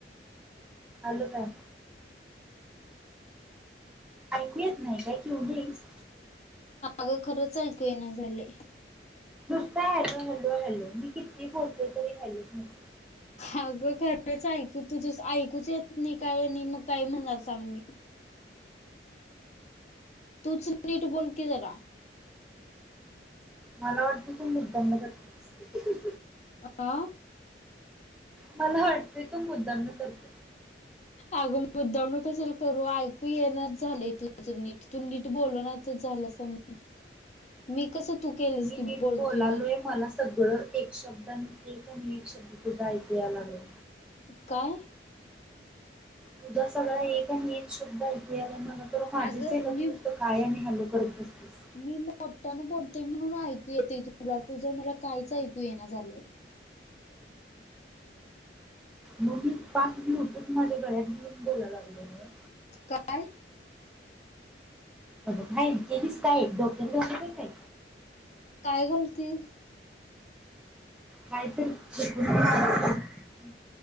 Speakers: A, in the centre; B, on the left.
A: आलू काय ऐकू येत नायं काय क्यू बेस
B: अगं खरंच ऐकू येईना झालयं.
A: नुसत हॅलो हॅलो हॅलो मी किती बोलते तरी हॅलोच नुस
B: अगं खरंच ऐकी तुझे ऐकूच येत नय काय आणि म काय म्हणणार सांग मी तूच नीट बोल की जरा
A: मला वाटत तु मुद्दामुन करतेस
B: अ आ
A: मला वाटतय तु मुद्दामण करते.
B: अगं मुद्दामुण कशाल करू ऐकू येईनाच झालयं तुझं नीट तू नीट बोलोनात झालंच नी, मी कसं तू केलस
A: मी
B: की
A: नीट
B: बोलतोय
A: बोलालोय
B: नीट
A: मला सगळं एक शब्दां एक नीट एक शब्द सुुद्धा ऐकू आला नाय.
B: काय?
A: तुझा सगळा एक नीट शब्द ऐकु यायलाय मला तर माझीच
B: अगं
A: हाय ग
B: मी
A: तु नुसतं काय आणि हॅलो करत बसतीस.
B: मी मोठ्यान बोलते म्हणून ऐकू येते तुला तुझं मला काहीच ऐकू येय ना झालयं.
A: मग मी पाच ब्लूटूथ माझ्या गड्यात घेऊन बोलायला लागलोयं गं
B: काय?
A: अगं हाय इतक्या दिसताय डोक्यात घालू का काय
B: काय घालतीस
A: काहीतरी चुकून <unintelligible> एक मिनिट